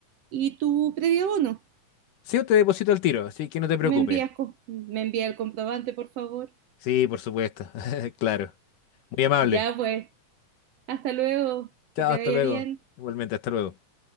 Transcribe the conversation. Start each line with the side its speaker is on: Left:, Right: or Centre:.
Right: y tu previo abono.
Left: Sí, yo te deposito al tiro, así que no te preocupes.
Right: Me envías, co- me envía el comprobante, por favor.
Left: Sí, por supuesto. <laughs> Claro. Muy amable.
Right: Ya, pues. Hasta luego,
Left: Chao,
Right: que te
Left: hasta
Right: vaya
Left: luego.
Right: bien.
Left: Igualmente, hasta luego.